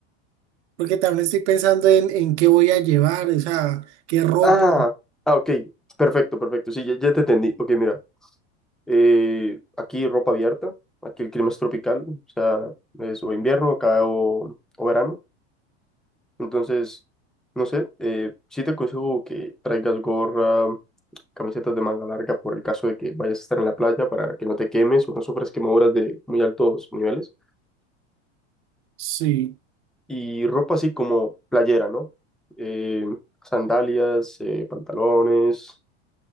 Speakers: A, on the right; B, in the centre.
A: Porque también estoy pensando en, en qué voy a llevar, o sea, qué ropa.
B: Ah, ah, ok, perfecto, perfecto, sí, ya, ya te entendí. Ok, mira. Eh, aquí ropa abierta, aquí el clima es tropical, o sea, es o invierno acá o, o verano. Entonces, no sé, eh, sí te aconsejo que traigas gorra, camisetas de manga larga por el caso de que vayas a estar en la playa para que no te quemes o no sufras quemaduras de muy altos niveles.
A: Sí,
B: Y ropa así como playera, ¿no? Eh, sandalias, eh, pantalones.